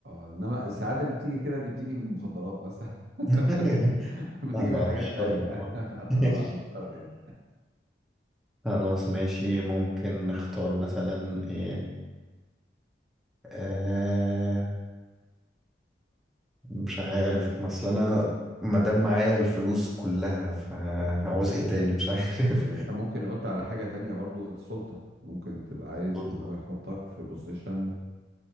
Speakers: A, on the right; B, in the centre.
A: اه انما السعادة اللي بتيجي كده دي بتيجي من المخدرات مثلا <laughs>
B: <laughs>
A: بتيجي
B: لا بعد
A: من حاجات
B: الشر
A: تانية
B: طبعا
A: <laughs>
B: <laughs>
A: بعد الشر يعني
B: خلاص ماشي ممكن نختار مثلا ايه آه مش عارف مثلا انا مادام معايا الفلوس كلها فهعوز ايه تاني مش عارف
A: انت ممكن قلت على حاجة تانية برضو السلطة ممكن تبقى عايز
B: <laughs>
A: ان هو يحطك في بوزيشن